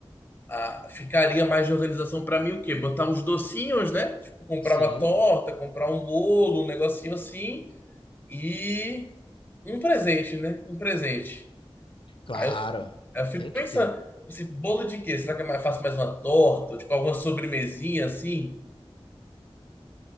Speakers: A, on the left; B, on the left.
A: a ficaria mais de organização pra mim o quê? Botar uns docinhos, né? Tipo, comprar
B: Sim,
A: uma torta, comprar um bolo, um negocinho assim, e um presente, né? Um presente.
B: claro,
A: Aí eu, fi- aí eu fico
B: tem
A: pensando,
B: que ter.
A: esse bolo de quê? Será que eu faço mais uma torta? Ou, Tipo, alguma sobremesinha assim?